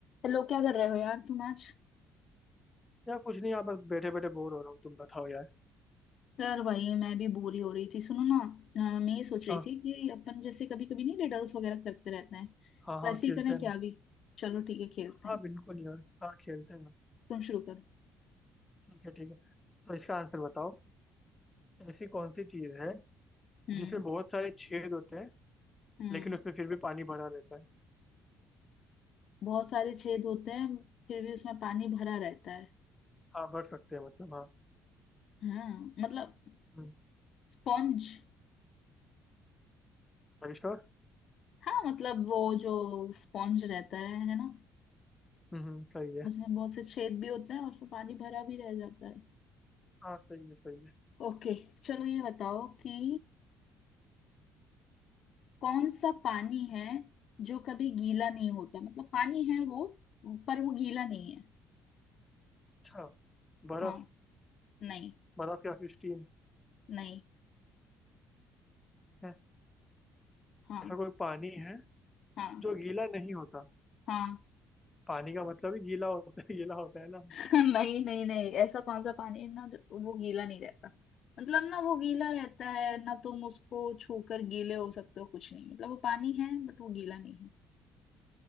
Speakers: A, on the left (about 55°); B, on the left (about 15°).
A: हेलो क्या कर रहे हो यार तुम आज
B: यार कुछ नहीं यार बस बैठे बैठे बोर हो रहा हूँ तुम बताओ यार
A: यार वही मैं भी बोरी हो रही थी सुनो ना अ, मैं ये सोच रही
B: हाँ
A: थी कि अपन जैसे कभी कभी नहीं रिडल्स वगैरह करते रहते हैं
B: हाँ हाँ
A: वैसे
B: खेलते
A: ही करें
B: हैं
A: क्या
B: ना।
A: अभी चलो ठीक है खेलते
B: हाँ
A: हैं
B: बिल्कुल यार हाँ खेलते हैं ना
A: तुम शुरू करो
B: ठीक है ठीक है तो इसका आंसर बताओ ऐसी कौन सी चीज़ है
A: हम्म
B: जिसमें बहुत सारे छेद होते हैं
A: हम्म
B: लेकिन उसमें फिर भी पानी भरा रहता है
A: बहुत सारे छेद होते हैं फिर भी उसमें पानी भरा रहता है
B: हाँ भर सकते हैं मतलब हाँ
A: हाँ मतलब
B: हम्म
A: स्पॉन्ज
B: श्योर
A: हाँ मतलब वो जो स्पॉन्ज रहता है है ना
B: हम्म हम्म, सही है
A: उसमें बहुत से छेद भी होते हैं और उसमें पानी भरा भी रह जाता है
B: हाँ सही है सही है
A: ओके चलो ये बताओ कि कौन सा पानी है जो कभी गीला नहीं होता मतलब पानी है वो पर वो गीला नहीं है
B: अच्छा बर्फ
A: हाँ नहीं
B: बर्फ या फिर स्टीम
A: नहीं
B: है
A: हाँ
B: ऐसा कोई पानी है
A: हाँ
B: जो गीला नहीं होता
A: हाँ
B: पानी का मतलब ही गीला होता है <laughs> गीला होता है ना
A: <laughs> नहीं नहीं नहीं ऐसा कौन सा पानी है ना जो- वो गीला नहीं रहता मतलब ना वो गीला रहता है ना तुम उसको छूकर गीले हो सकते हो कुछ नहीं मतलब वो पानी है बट वो गीला नहीं है